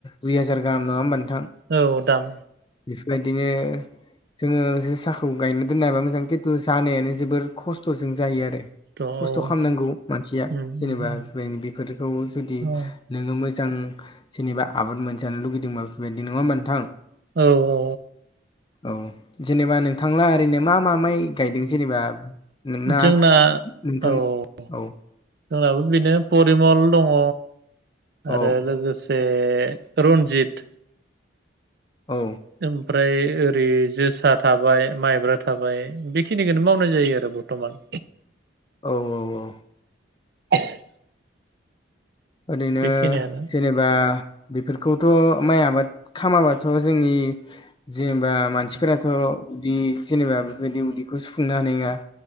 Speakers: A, on the left; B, on the right.
A: दुइ हाजार गाहाम नङा होमब नोंथां।
B: औ दाम।
A: बेफोरबायदिनो जोंङो जोसाखौ गायनो दोननो हाबा मोजां खिन्थु जानायानो जोबोर खस्थ'जों जायो आरो।
B: औ उम
A: खस्थ' खालामनांगौ मानसिया
B: उम
A: जेनेबा
B: उम
A: बे बेफोरखौ जुदि
B: औ औ
A: नोंङो मोजां जेनेबा आबाद मोनजानो लुगैदोंबा बेफोरबायदि नङा होमा नोंथां।
B: औ अ
A: औ जेनेबा नोंथांला ओरैनो मा-मा माय गायदों जेनेबा? नोंना
B: जोंना
A: नोंथां
B: औ जोंनाबो
A: औ
B: बिनो परिमल दङ आरो
A: औ
B: लोगोसे ए रन्जित।
A: औ।
B: ओमफ्राय ओरै जोसा थाबाय, माइब्रा थाबाय। बेखिनिखौनो मावनाय जायो आरो बरथ'मान।
A: औ औ औ।
B: <unintelligible>
A: ओरैनो
B: बेखिनियानो
A: जेने बा बेफोरखौथ' माइ आबाद खामाबाथ' जोंनि जेनेबा मानसिफोराथ' उदि जेनेबा बेफोरबायदि उदिखौ सुफुंनो हानाय नङा।